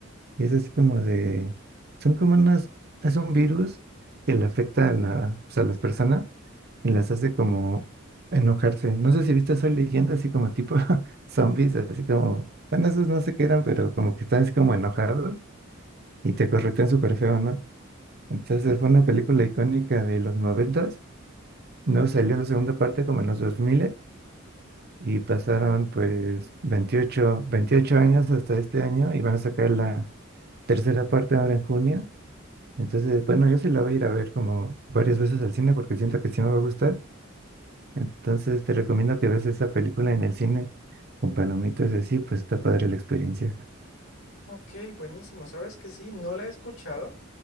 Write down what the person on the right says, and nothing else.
Y es así como de, son como unas, es un virus que le afecta a, la, pues, a las personas y las hace como enojarse. No sé si viste Soy Leyenda, así como tipo <laughs> zombies, así como, bueno, esos no sé qué eran, pero como que están así como enojados y te corretean súper feo, ¿no? Entonces fue una película icónica de los noventas, no salió la segunda parte como en los 2000 y pasaron pues veintiocho veintiocho años hasta este año y van a sacar la tercera parte ahora en junio. Entonces, bueno, yo sí la voy a ir a ver como varias veces al cine porque siento que sí me va a gustar. Entonces, te recomiendo que veas esa película en el cine con palomitas y así, pues está padre la experiencia.